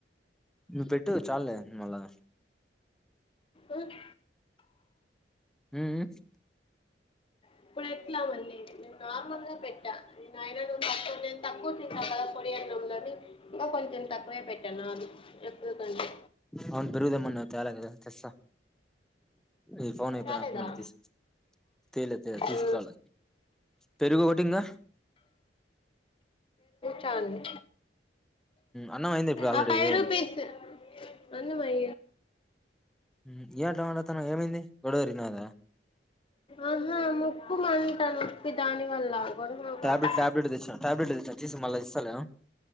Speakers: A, in the centre; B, on the left (about 30°).
A: ను పెట్టు చాల్లే మల్లా
B: ఆహ్
A: హ్మ్మ్
B: ఇప్పుడు ఎట్లా మళీ నార్మల్ గా పెట్టా. నిన్నయినా నువ్ తక్కువ నే తక్కువ తింటావ్ కదా. <unintelligible> కొడి అనంలోనే ఇంకా కొంచెం తక్కువే పెట్టా. జనాలు ఎప్పుడుకంటే
A: అవును పెరుగుదేమన్న తేలే గదా తెస్స ఈ ఫోన్ అయిపోయినాక
B: రాలేదా
A: మళ్ళీసుక్. తేలేతేల
B: ఆ,
A: తీసుకురాల పెరుగు ఒకటి ఇంగ
B: చల్లే
A: అన్నం అయింది ఇప్పుడు ఆల్రెడీ
B: ఆ ఫైవ్
A: ఏ
B: రూపీస్ అందు మై
A: హ్మ్ ఏ అట్లా మాటతన ఏమైంది గోడవరినాద
B: ఆహా ముక్కు మంటా నొప్పి దాని వల్ల గొడవ
A: ట్యాబ్లేట్
B: కాదు
A: టాబ్లేట్ తెచ్నా టబ్లేట్ తీసుకపో మల్ల ఇస్స లే